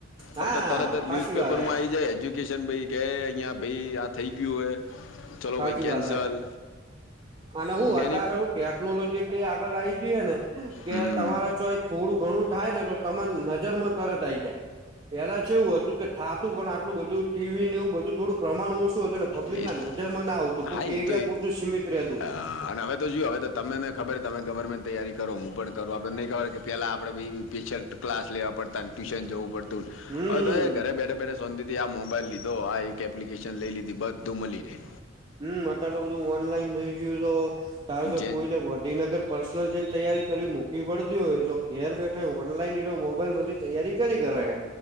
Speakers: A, on the right; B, on the left.
A: હા
B: હવે તો તરત જ
A: સાચી
B: ન્યૂઝપેપરમાં
A: વાત હે
B: આવી જાય એજ્યુકેશન ભાઈ કે અહિંયા ભાઈ આ થઈ ગયું હે. ચલો
A: સાચી
B: ભઈ કેન્સલ.
A: વાત હે અને હું
B: મેની
A: અત્યારે શું ટેકનોલોજી એટલી આગળ આઈ જઈએે ને કે
B: હમ
A: તમારા ચોઈસ થોડું ઘણું થાય ને તો તમન નજર માં તરત આઈ જાય. પેલા ચેવુ હતું કે થાતું પણ આટલું બધું ટીવી ને એવું બધું થોડુંક પ્રમાણ ઓછુ હતું એટલે પબ્લિક
B: એ
A: ના
B: તો-
A: નજરમાં ના આવતું કોઈક
B: એ
A: એરિયા
B: તો એ-
A: પૂરતું જ સીમિત રેહતું.
B: અ, હા અને હવે તો જુવો હવે તો તમને ખબર તમે ગવર્મેન્ટ તૈયારી કરો, હું પણ કરું આપડને નહી ખબર કે પહેલાં આપણે ભઈ સ્પેશિયલ ક્લાસ લેવા પડતા ને ટ્યુશન જવું પડતું ન
A: હમ
B: હવે તો એ ઘરે બેઠા બેઠા શોંતીથી આ મોબાઈલ લીધો આ એક એપ્લિકેશન લઈ લીધી બધ તો મલી રેહ.
A: હમ્મ, અતાર તો બધું ઓનલાઈન થઈ ગયું તો ધારો કે
B: જેન
A: કોઈને ગોંધીનગર પર્સનલ જઈને તૈયારી કરવી મુંધી પડતી હોય તો ઘેર બેઠા ય ઓનલાઈન એ રહ્યો મોબાઈલ માથી તૈયારી કરી કરાય.